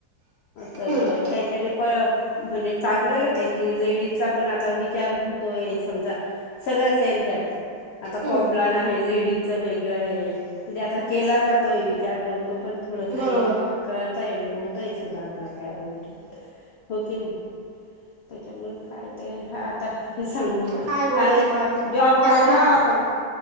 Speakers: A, on the left (about 85°); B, on the right (about 70°).
A: तर
B: हम्म
A: त्याच्याने पळ म्हणजे चांगलं येतय की लेडीजचा पण आता विचार होतोय समजा सगळ्याच यांच्यात आता
B: हम्म
A: कॉम्प्लान आहे लेडीजच वेगळं आहे म्हणजे आता केला जातोय विचार लोक पण थोडस
B: बरोबर
A: हे कळताे हो सुधारणा त्या गोष्टीत हो की नाही त्याच्यामुळे काय ते आता सांगून
B: काय बोलायचं
A: आणि
B: बघा
A: ते
B: आता
A: जॉबवाले
B: ते आपले
A: हां पण